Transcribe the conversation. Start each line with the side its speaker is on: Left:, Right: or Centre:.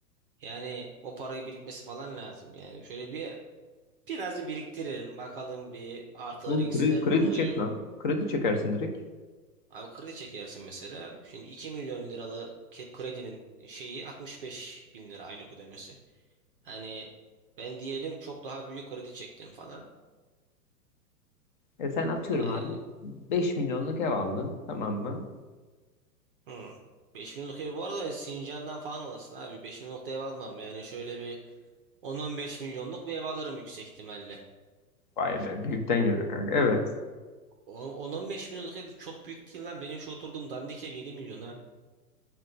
Right: Yani o parayı birikmesi falan lazım. Yani şöyle bir biraz bir biriktiririm. Bakalım bir artılar
Left: Oğlum
Right: eksiler
Left: kredi, kredi
Right: ne oluyor.
Left: çek lan. Kredi çekersin direkt.
Right: Abi kredi çekersin mesela. Şimdi 2 milyon liralık ki- kredinin şeyi 65 bin lira aylık ödemesi. Hani ben diyelim çok daha büyük kredi çektim falan.
Left: E sen atıyorum
Right: Yani
Left: abi 5 milyonluk ev aldın tamam mı?
Right: hı. 5 milyonluk ev bu arada Sincan'dan falan alırsın abi. beş milyonluk da ev almam. Yani şöyle bir 10-15 milyonluk bir ev alırım yüksek ihtimalle.
Left: Vay be büyükten geliyor kanka evet.
Right: O- 10-15 milyonluk ev çok büyük değil lan. Benim şu oturduğum dandik ev 7 milyona.